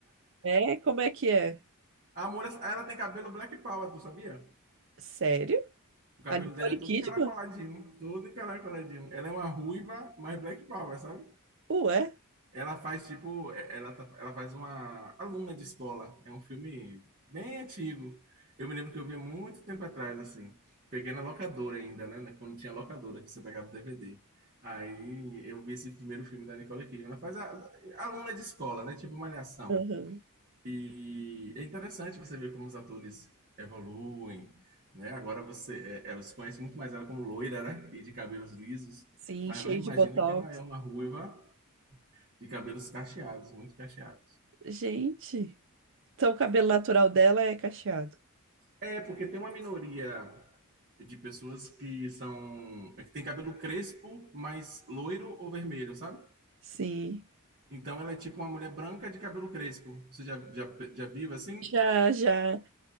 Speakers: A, on the right; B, on the right.
A: É, como é que é?
B: <laughs> A Amor, ela tem cabelo Black Power, tu sabia?
A: Sério?
B: O cabelo
A: A Nicole
B: dela é todo
A: Kidman?
B: encaracoladinho, todo encaracoladinho. Ela é uma ruiva, mas Black Power, sabe?
A: Ué?
B: Ela faz tipo, é- ela, tá- ela faz uma aluna de escola. É um filme bem antigo. Eu me lembro que eu vi há muito tempo atrás, assim. Peguei na locadora ainda, né? Quando tinha locadora, que você pegava o DVD. Aí eu vi esse primeiro filme da Nicole Kidman. Ela faz a, aluna de escola, né? Tipo Malhação.
A: Aham.
B: E é interessante você ver como os atores evoluem, né? Agora você, é, é, você conhece muito mais ela como loira, né? E de cabelos lisos.
A: Sim,
B: Mas
A: cheio
B: não imagina
A: de botox.
B: que ela é uma ruiva de cabelos cacheados, muito cacheados.
A: Gente, então o cabelo natural dela é cacheado.
B: É, porque tem uma minoria de pessoas que são, é que tem cabelo crespo, mas loiro ou vermelho, sabe?
A: Sim,
B: Então ela é tipo uma mulher branca de cabelo crespo. Você já, já, já viu assim?
A: já, já.